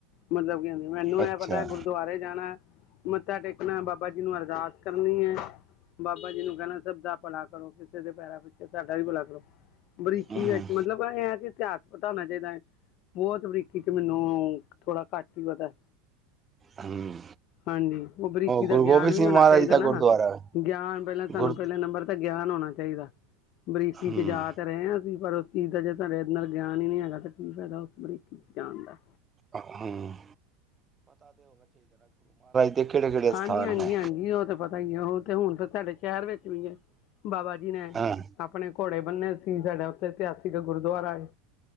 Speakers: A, on the left; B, on the right.
A: ਮਤਲਬ ਕੀ ਆਂਦੀ ਮੈਨੂੰ
B: ਅੱਛਾ
A: ਇਹ ਪਤਾ ਗੁਰਦੁਆਰੇ ਜਾਣਾ ਮੱਥਾ ਟੇਕਣਾ ਬਾਬਾ ਜੀ ਨੂੰ ਅਰਦਾਸ ਕਰਨੀ ਹੈ ਬਾਬਾ ਜੀ ਨੂੰ ਕਹਿਣਾ ਸਭ ਦਾ ਭਲਾ ਕਰੋ ਕਿਸੇ ਦੇ ਪੈਰਾਂ ਪਿੱਛੇ ਸਾਡਾ ਵੀ ਭਲਾ ਕਰੋ ਬਰੀਕੀ
B: ਹਮ
A: ਵਿੱਚ ਮਤਲਬ ਇਹ ਕਿ ਇਤਿਹਾਸ ਪਤਾ ਹੋਣਾਂ ਚਾਹੀਦਾ ਬਹੁਤ ਬਰੀਕੀ ਚ ਮੈਨੂੰ ਥੋੜਾ ਘੱਟ ਹੀ ਪਤਾ
B: ਹਮ
A: ਹਾਂਜੀ ਉਹ ਬਰੀਕੀ ਦਾ
B: ਗੁਰੂ
A: ਗਿਆਨ
B: ਗੋਬਿੰਦ
A: ਵੀ
B: ਸਿੰਘ
A: ਹੋਣਾ
B: ਮਹਾਰਾਜ
A: ਚਾਹੀਦਾ
B: ਦਾ
A: ਨਾ,
B: ਗੁਰਦੁਆਰਾ ਹੈ।
A: ਗਿਆਨ ਪਹਿਲਾਂ ਤੁਹਾਨੂੰ
B: ਗੁਰ
A: ਪਹਿਲਾਂ ਨੰਬਰ। ਤਾਂ ਗਿਆਨ ਹੋਣਾ ਚਾਹੀਦਾ ਬਰੀਕੀ
B: ਹਮ
A: ਚ ਜਾ ਤਾਂ ਰਹੇ, ਅਸੀ ਪਰ। ਚੀਜ਼ ਦਾ ਸਾਡੇ ਅੰਦਰ ਗਿਆਨ ਹੀ ਨਹੀਂ ਹੈਗਾ, ਤਾਂ ਕੀ ਫਾਇਦਾ ਉਸ ਬਰੀਕੀ 'ਚ ਜਾਣ ਦਾ।
B: ਅਹਮ। ਦੇ ਕਿਹੜੇ ਕਿਹੜੇ ਸਥਾਨ
A: ਹਾਂਜੀ ਹਾਂਜੀ
B: ਨੇ
A: ਹਾਂਜੀ ਉਹ ਤੇ ਪਤਾ ਹੀ ਆ ਉਹ ਤੇ ਹੁਣ ਫ ਤੁਹਾਡੇ। ਸ਼ਹਿਰ ਵਿੱਚ ਵੀ ਹੈ ਬਾਬਾ ਜੀ ਨੇ।
B: ਹਾਂ
A: ਆਪਣੇ ਘੋੜੇ ਬੰਨੇ ਸੀ ਸਾਡਾ ਉੱਥੇ ਇਤਿਹਾਸਿਕ ਗੁਰਦੁਆਰਾ ਹੈਏ।